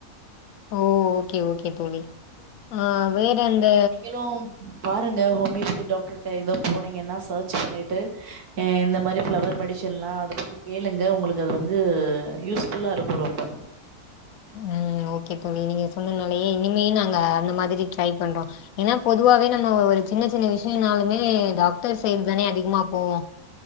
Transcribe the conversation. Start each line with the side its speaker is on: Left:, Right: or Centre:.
Left: ஓ ஓகே ஓகே தோழி ஆ வேற அந்த
Right: நீங்களு பாருங்க ஹோமியோபதி டாக்டர்ட்ட ஏதோ போனீங்கன்னா சர்ச் பண்ணிட்டு எ இந்த மாரி ஃபிளவர் மெடிஷென் லா அத பத்தி கேளுங்க உங்களுக்கு அது வந்து யூஸ்ஃபுல்லா இருக்கு ரொம்ப
Left: ம் ஓகே தோழி நீங்க சொன்னனாலயே இனிமே நாங்க அந்த மாதிரி ட்ரை பண்றோ ஏன்னா பொதுவாவே நம்ம ஒரு சின்ன சின்ன விஷியனாலுமே டாக்டர் சைடு தானே அதிகமா போவோ